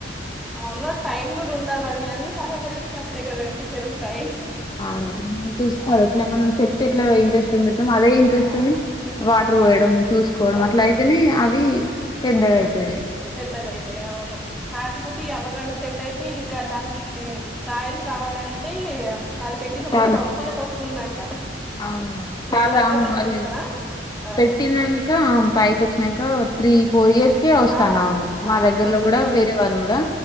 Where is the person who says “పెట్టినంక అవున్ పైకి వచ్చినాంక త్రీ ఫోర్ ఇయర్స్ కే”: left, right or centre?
Left